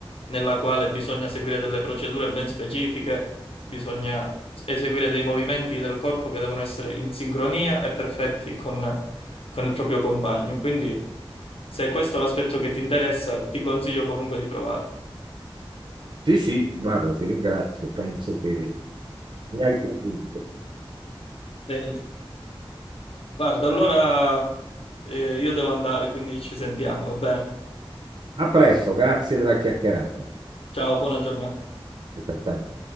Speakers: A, on the left; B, on the right.
A: nella quale bisogna seguire delle procedure ben specifiche, bisogna eseguire dei movimenti del corpo che devono essere in sincronia e perfetti con, con il proprio compagno. Quindi, se questo è l'aspetto che ti interessa, ti consiglio comunque di provare.
B: Sì, sì, guarda, ti ringrazio, penso che mi hai convinto.
A: Benissimo. Guarda, allora eh, io devo andare, quindi ci sentiamo, va bene?
B: A presto, grazie della chiacchierata.
A: Ciao, buona giornata.
B: altrettanto.